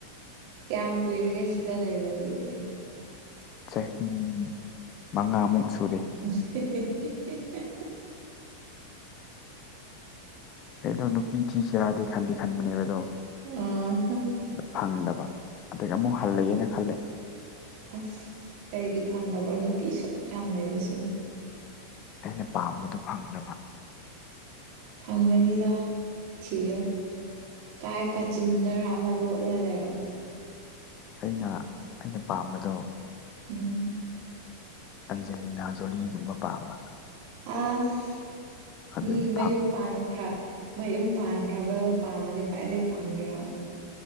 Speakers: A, on the right; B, on the left.
A: ꯀꯌꯥꯝ ꯀꯨꯏꯔꯒꯦ ꯁꯤꯗ ꯂꯩꯕ ꯑꯗꯨꯗꯤ
B: ꯆꯍꯤ ꯃꯉꯥꯃꯨꯛ ꯁꯨꯔꯦ
A: <unintelligible>
B: ꯑꯩꯗꯣ ꯅꯨꯄꯤ ꯊꯤꯁꯤꯔꯗꯤ ꯈꯟꯗꯤ ꯈꯟꯕꯅꯦꯕ ꯑꯗꯣ
A: ꯑꯣ
B: ꯑꯠ ꯐꯪꯗꯕ ꯑꯗꯒꯤ ꯑꯃꯨꯛ ꯍꯜꯂꯒꯦꯅ ꯈꯜꯂꯦ
A: ꯑꯁ ꯀꯩꯒꯤ ꯐꯪꯗꯕ꯭ꯔꯣ ꯅꯨꯄꯤ ꯁꯨꯛ ꯌꯥꯝ ꯂꯩꯕꯁꯤꯕꯨ
B: ꯑꯩꯅ ꯄꯥꯝꯕꯗꯨ ꯐꯪꯗꯕ
A: ꯐꯪꯒꯅꯤꯗ ꯊꯤꯌꯣ ꯀꯥꯏ ꯀꯥꯆꯤꯟꯗꯔ ꯑꯃ ꯂꯣꯠꯂ ꯂꯩꯔꯝ
B: ꯑꯩꯅ ꯑꯩꯅ ꯄꯥꯝꯕꯗꯣ
A: ꯎꯝ
B: ꯑꯟꯖꯦꯂꯤꯅꯥ ꯖꯣꯂꯤꯒꯨꯝꯕ ꯄꯥꯝꯕ
A: ꯑꯥꯁ
B: ꯑꯗꯨꯅꯤ
A: ꯃꯤ ꯃꯌꯨꯝ
B: ꯐꯪ
A: ꯄꯥꯟꯈ꯭ꯔ ꯃꯌꯨꯝ ꯄꯥꯟꯈ꯭ꯔꯕꯗꯣ ꯄꯥꯝꯃꯗꯤ ꯀꯥꯏꯗꯩ ꯐꯪꯒꯦꯔꯣ